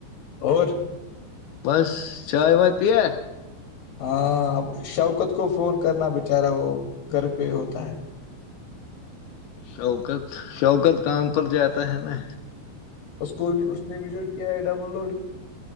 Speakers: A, on the left; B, on the left.
A: اور
B: بس چائےائے وائے پیا
A: ہاں اب شوکت کو فون کرنا بچارا وہ گھر پہ ہوتا ہے
B: شوکت شوکت کام پر جاتا ہے نا
A: اس کو اس نے بھی جو کیا ہے ڈاؤن لوڈ